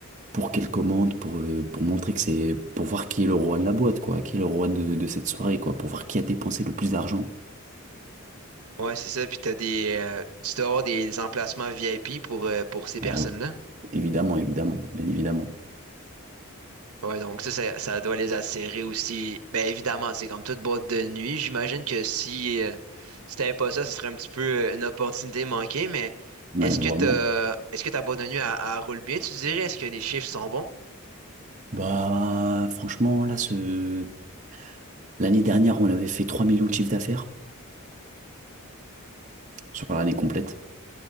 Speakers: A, on the right; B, on the right.
A: pour qu'elle commande, pour, euh, pour montrer que c'est, pour voir qui est le roi de la boîte, quoi, qui est le roi de, de cette soirée, quoi, pour voir qui a dépensé le plus d'argent.
B: Ouais, c'est ça. Puis t'as des, euh, tu dois avoir des emplacements VIP pour, euh, pour ces
A: Voilà.
B: personnes-là.
A: Évidemment, évidemment, bien évidemment.
B: Ouais, donc ça, ça, ça doit les attirer aussi. Ben évidemment, c'est comme toute boîte de nuit. J'imagine que si, euh, si t'avais pas ça, ce serait un petit peu euh, une opportunité manquée. Mais
A: Ouais,
B: est-ce
A: vraiment.
B: que t'as, est-ce que ta boîte de nuit, elle, elle roule bien, tu dirais? Est-ce que les chiffres sont bons?
A: Bah, franchement, là, ce... l'année dernière, on avait fait 3 millions de chiffre d'affaires sur l'année complète.